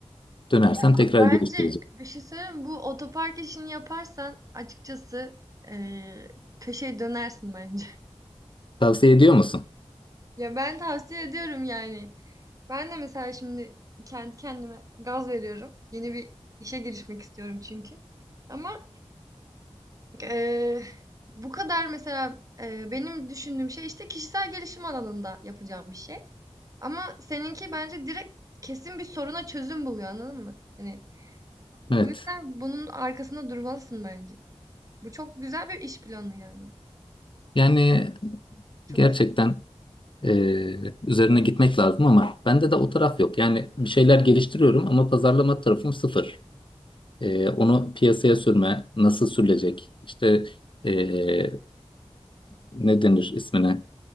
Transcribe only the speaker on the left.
Dönersem
tekrar
geliştireceğim.
Tavsiye ediyor musun?
Evet.
Yani
gerçekten
Ee, üzerine gitmek lazım ama bende de o taraf yok. Yani bir şeyler geliştiriyorum ama pazarlama tarafım sıfır. Ee, onu piyasaya sürme, nasıl sürülecek, işte ee, ne denir ismine,